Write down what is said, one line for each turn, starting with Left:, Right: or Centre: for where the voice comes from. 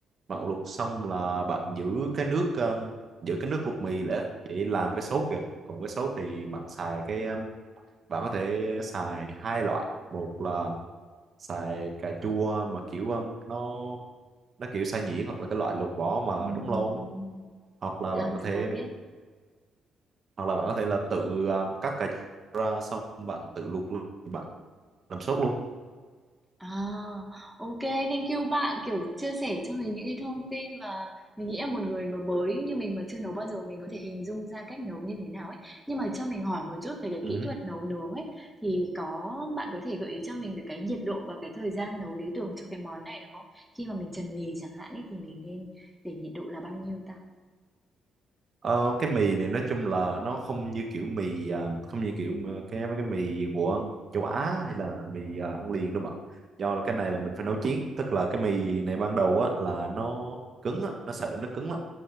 Right: bạn luộc xong là bạn giữ cái nước um, giữ cái nước luộc mì để để làm cái sốt kìa còn cái sốt thì bạn xài cái bạn có thể xài hai loại một là xài cà chua mà kiểu um, nó nó kiểu xay nhuyễn hoặc là cái loại lột vỏ mà
Centre: Ừm,
Right: đóng
Centre: ừm.
Right: lon á. hoặc là
Centre: À,
Right: bạn có
Centre: mình
Right: thể
Centre: có biết.
Right: hoặc là bạn có thể là tự um, cắt cà chua ra xong bạn tự luộc luôn bạn làm sốt luôn
Centre: À, ô kê, thank you bạn, kiểu, chia sẻ cho mình những cái thông tin mà mình nghĩ là một người mà mới như mình mà chưa nấu bao giờ mình có thể hình dung ra cách nấu như thế nào ấy. Nhưng mà cho mình hỏi một chút về cái
Right: Ừ.
Centre: kỹ thuật nấu nướng ấy, thì có bạn có thể gợi ý cho mình được cái nhiệt độ và cái thời gian nấu lý tưởng cho cái món này được không? Khi mà mình trần mì chẳng hạn ấy, thì mình nên để nhiệt độ là bao nhiêu ta?
Right: Ờ, cái mì này nói chung là nó không như kiểu mì à, không như kiểu mà cái mấy cái mì của châu Á hay là mì à, ăn liền đâu bạn do là cái này là mình phải nấu chín tức là cái mì này ban đầu á là nó cứng á, nó sợi nó cứng lắm